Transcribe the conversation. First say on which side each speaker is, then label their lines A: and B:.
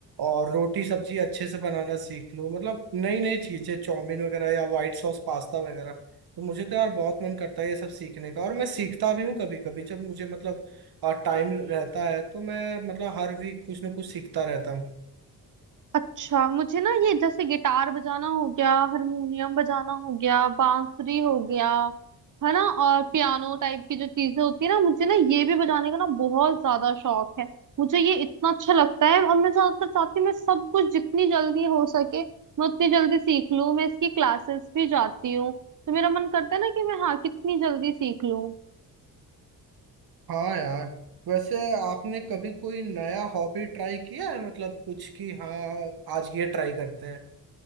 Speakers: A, on the right (about 65°); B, on the right (about 50°).
A: और रोटी सब्जी अच्छे से बनाना सीख लूँ मतलब नई नई चीजें चाउमीन वगैरह या व्हाइट सॉस पास्ता वगैरह तो मुझे तो यार बहुत मन करता है ये सब सीखने का और मैं सीखता भी हूँ कभी कभी जब मुझे मतलब टाइम रहता है तो मैं मतलब हर वीक कुछ ना कुछ सीखता रहता हूँ
B: अच्छा मुझे ना ये जैसे गिटार बजाना हो गया हारमोनियम बजाना हो गया बांसुरी हो गया है ना और पियानो टाइप की जो चीजें होती है ना मुझे ना ये भी बजाने का ना बहुत ज्यादा शौक है मुझे ये इतना अच्छा लगता है और मैं ज्यादातर चाहती हूँ मैं सब कुछ जितनी जल्दी हो सके मैं उतनी जल्दी सीख लूँ मैं इसकी क्लासेस भी जाती हूँ तो मेरा मन करता है ना कि मैं हाँ कितनी जल्दी सीख लूँ
A: हाँ यार वैसे आपने कभी कोई नया हॉबी ट्राई किया है मतलब कुछ कि हाँ आज ये ट्राई करते हैं